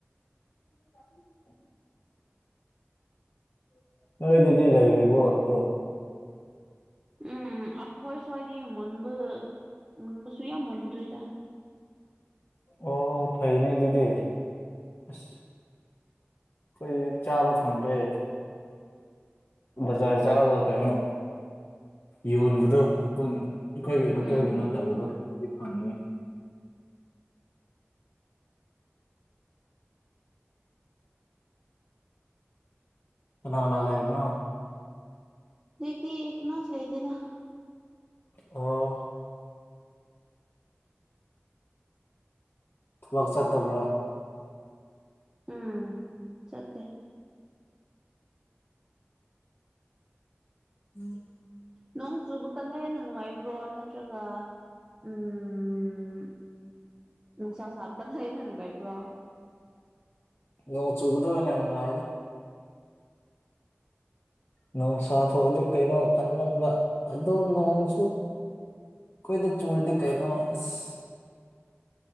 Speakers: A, on the left; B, on the right.
A: <inaudible> <inaudible> ꯅꯣꯏꯗꯗꯤ ꯂꯩꯔꯤꯕꯣ ꯑꯗꯣ
B: ꯎꯝ ꯑꯈꯣꯏ ꯁ꯭ꯋꯥꯏꯗꯤ ꯃꯨꯟꯕ ꯃꯨꯟꯕꯁꯨ ꯌꯥꯝ ꯃꯨꯟꯗ꯭ꯔꯤꯗ꯫
A: ꯑꯣ ꯐꯩꯅꯦ ꯑꯗꯨꯗꯤ ꯑꯁ꯫ ꯈꯣꯏꯗꯤ ꯆꯥꯕ ꯐꯪꯗ꯭ꯔꯦ꯫ ꯕꯖꯥꯔ ꯆꯠꯂꯒ ꯀꯩꯅꯣ ꯌꯣꯟꯕꯗꯣ ꯄꯨꯟꯅ ꯑꯈꯣꯏꯒꯤ ꯂꯣꯀꯦꯜꯒꯤ
B: ꯎꯝ ꯎꯝ
A: ꯅꯠꯇꯕꯗꯣ ꯗꯨꯗꯤ ꯐꯪꯉꯦ
B: <inaudible>
A: ꯀꯅꯥ ꯀꯅꯥ ꯂꯩꯕꯅꯣ꯫
B: ꯍꯧꯖꯤꯛꯇꯤ ꯀꯅꯥꯁꯨ ꯂꯩꯇꯦꯗ꯫
A: ꯑꯣ ꯊꯕꯛ ꯆꯠꯇꯕ꯭ꯔꯥ꯫
B: ꯎꯝ ꯆꯠꯇꯦ
A: <unintelligible>
B: ꯅꯣꯡ ꯆꯨꯕ ꯀꯥꯟꯗ ꯍꯦꯟꯅ ꯅꯨꯡꯉꯥꯏꯕ꯭ꯔꯣ ꯅꯠꯇ꯭ꯔꯒ ꯎꯝ ꯅꯨꯡꯁꯥ ꯁꯥꯞꯄꯅ ꯍꯦꯟꯅ ꯅꯨꯡꯉꯥꯏꯕ꯭ꯔꯣ
A: ꯅꯣꯡ ꯆꯨꯕꯗꯣ ꯑꯣꯏꯅ ꯅꯨꯡꯉꯥꯏꯌꯦꯗ ꯅꯣꯡꯁꯥ ꯊꯣꯛꯑꯗꯤ ꯀꯩꯅꯣ ꯀꯟꯃꯟꯕ ꯑꯗꯨ ꯅꯣꯡꯁꯨ ꯈꯣꯏꯗ ꯆꯨꯔꯗꯤ ꯀꯩꯅꯣ ꯑꯁ